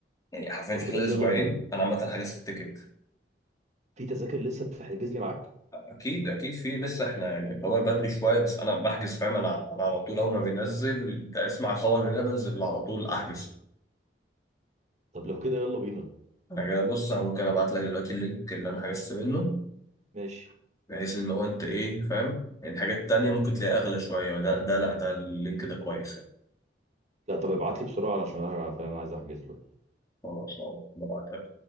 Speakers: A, on the left; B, on the right.
A: يعني حرفيا
B: طب
A: في
B: بجد
A: خلال أسبوعين
B: يلا بينا
A: أنا عامة حجزت التيكت
B: في تذاكر لسه بتحجز لي معاك
A: أكيد أكيد في لسه إحنا يعني الخبر بدري شوية بس أنا بحجز فاهم أنا أنا على طول أول ما بينزل أسمع الخبر من هنا بنزل على طول أحجز
B: طب لو كده يلا بينا
A: أنا كده بص أنا ممكن أبعت لك دلوقتي اللينك اللي أنا حجزت منه
B: ماشي
A: بحيث ان هو انت ايه فاهم يعني حاجات تانية ممكن تلاقيها اغلى شوية ده ده لا ده اللينك ده كويس يعني
B: لا طب ابعت لي بسرعة علشان انا فاهم عايز احجز له
A: خلاص اه ببعت